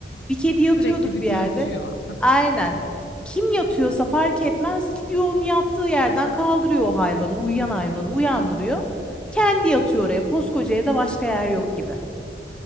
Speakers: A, in the centre; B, on the left (about 70°).
A: Bir kedi yatıyordur
B: Sürekli bir
A: bir yerde.
B: dürtüyor.
A: Aynen. Kim yatıyorsa fark etmez gidiyor onun yattığı yerden kaldırıyor o hayvanı, uyuyan hayvanı uyandırıyor. Kendi yatıyor oraya. Koskoca evde başka yer yok gibi.